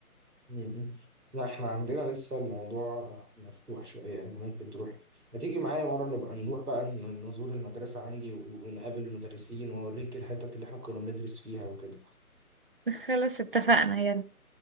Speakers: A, on the right; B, on the right.
A: مم. لا احنا عندنا لسه الموضوع مفتوح شوية يعني ممكن تروحي ما تيجي معايا مرة نبقى نروح بقى ن- نزور المدرسة عندي ونقابل المدرسين واوريك الحتت اللي احنا كنا بندرس فيها وكده
B: <laughs> خلاص اتفقنا يلا